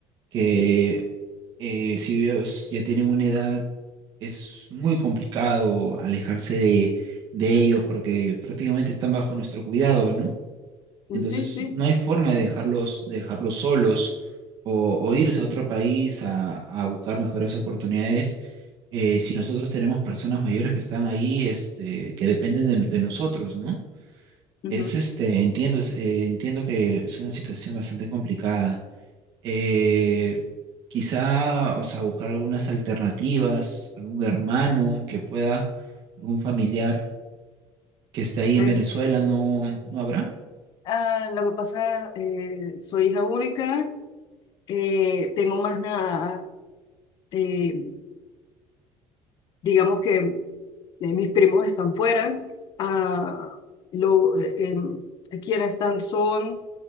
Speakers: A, on the right (about 45°); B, on the left (about 45°).
A: que
B: Sí,
A: eh, si ellos ya tienen una edad, es muy complicado alejarse de, de ellos porque prácticamente están bajo nuestro cuidado, ¿no? Entonces,
B: sí, sí.
A: no hay forma de dejarlos, de dejarlos solos o, o irse a otro país a, a buscar mejores oportunidades eh, si nosotros tenemos personas mayores que están ahí, este, que dependen de, de nosotros, ¿no?
B: ujú.
A: Es este, entiendo, es, eh, entiendo que es una situación bastante complicada. Eh, quizá, o sea, buscar algunas alternativas, algún hermano que pueda, algún familiar que esté ahí en
B: Eh,
A: Venezuela, ¿no, no habrá?
B: ah, lo que pasa, eh, soy hija única, eh, tengo más nada, eh, digamos que eh, mis primos están fuera, ah, lo, eh, em, quienes están son